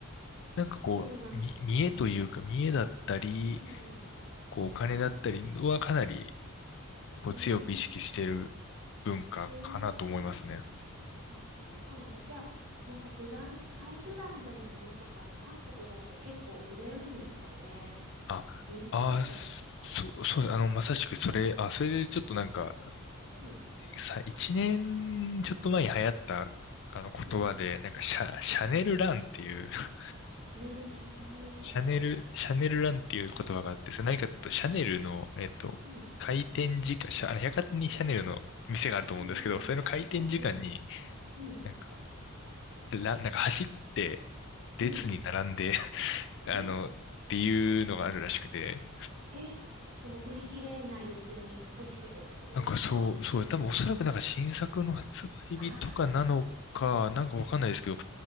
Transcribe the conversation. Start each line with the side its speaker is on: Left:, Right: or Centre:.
Left: なんかこう、
Right: そうなんだ。
Left: み見栄というか、見栄だったり、
Right: うん。
Left: こう、お金だったりはかなり、こう、
Right: うーん。
Left: 強く意識している文化かなと思いますね。
Right: えーあ、そうなんだ。じゃあ、なんかブラン、ハイブランドのものとかも韓国だと結構売れるんですかね。
Left: あ、
Right: 人気だったりするのかな。
Left: あー、そう、そう、あの、まさしくそれ、あ、それでちょっとなんか、
Right: うん、
Left: んさ、一年ちょっと前に流行った、あの言葉で、
Right: うん、
Left: なんかシャ、シャネルランっていう、
Right: うん。
Left: <laughs>
Right: えー知らない方。
Left: シャネル、シャネルランっていう言葉があって、それ何かっていうと、シャネルの、
Right: うん、
Left: えっと、
Right: うん、
Left: 開店時間、シャ、あの、百貨店にシャネルの店があると思うんですけど、
Right: うん、
Left: それの開店時間に、
Right: うん。うん
Left: なんか、ラン、なんか走って、列に並んで、
Right: うん。
Left: <laughs>
Right: え、
Left: あの、っていうのがあるらしくて、
Right: え、その売り切れないうちに欲しくてってことですか
Left: なんかそう、そう、多分おそらくなんか新作の発売日とかなのか、
Right: ああ
Left: なんかわかんないですけど、